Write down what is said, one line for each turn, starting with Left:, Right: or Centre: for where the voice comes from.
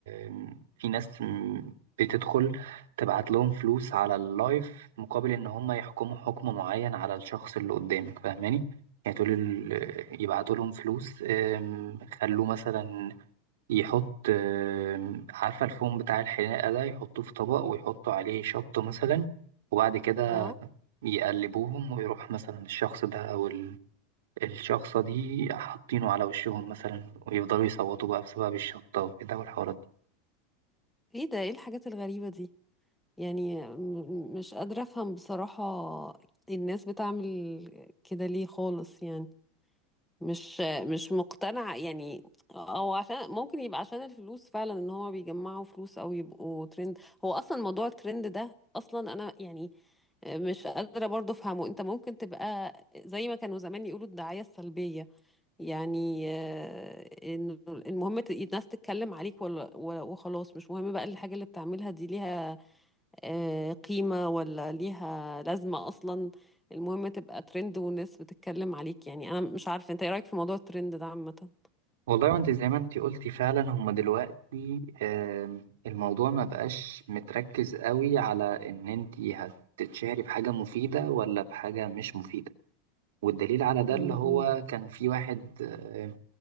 Right: آم، في ناس م- بتدخل تبعت لهم فلوس على اللايف مقابل ان هم يحكموا حكم معين على الشخص اللي قدامك فاهماني يعني تقول ال- يبعتوا لهم فلوس أم، خلوه مثلا يحط أم، عارفة الفوم بتاع الحلاقة ده يحطوه في طبق ويحطوا عليه شطة مثلا وبعد كده
Centre: اه
Right: يقلبوهم ويروح مثلا الشخص ده الشخصة دي حاطينه على وشهم مثلا ويفضلوا يصوتوا بقى بسبب الشطة وكده والحوارات دي
Centre: ايه ده ايه الحاجات الغريبة دي يعني م- م- مش قادرة أفهم بصراحة الناس بتعمل كده ليه خالص يعني مش مش مقتنعة يعني أو عشان ممكن يبقى عشان الفلوس فعلا إن هما بيجمعوا فلوس أو يبقوا ترند هو أصلا موضوع الترند ده أصلا أنا يعني مش قادرة برضه أفهمه أنت ممكن تبقى زي ما كانوا زمان يقولوا الدعاية السلبية يعني آه، إنه المهم ت- الناس تتكلم عليك ولا ولا- وخلاص مش مهم بقى الحاجة اللي بتعملها دي ليها آه، قيمة ولا ليها لازمة أصلا المهم تبقى ترند والناس بتتكلم عليك يعني أنا مش عارفة أنت إيه رأيك في موضوع الترند ده عامة
Right: والله وانت زي ما انت قلتي فعلا هما دلوقتي آم، الموضوع ما بقاش متركز قوي على ان انت هتتشهري بحاجة مفيدة ولا بحاجة مش مفيدة والدليل على ده
Centre: م-
Right: اللي هو كان في واحد آم،